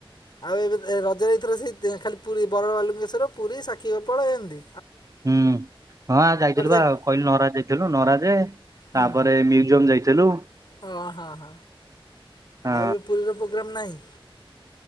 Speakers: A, on the left; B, on the right.
A: ଆଉ ଏବେ ରଜରେ ଏଇଥର ସେଇ ଖାଲି ପୁରୀ ବରାଳ ବାଲୁଙ୍କେଶ୍ୱର ପୁରୀ ସାକ୍ଷୀଗୋପାଳ ଏମତି।
B: ହୁଁ। ହଁ ଆ ଯାଇଥିଲୁ ବା
A: ଯାଇନ
B: ଆଉ କହିଲୁ ନରାଜ ଯାଇଥିଲୁ ନରାଜେ
A: ହୁଁ
B: ତାପରେ ମ୍ୟୁଜିୟମ୍ ଯାଇଥିଲୁ।
A: ଓ ହଁ ହଁ।
B: ହଁ
A: ଆଉ ଏବେ ପୁରୀର ପ୍ରୋଗ୍ରାମ୍ ନାହିଁ?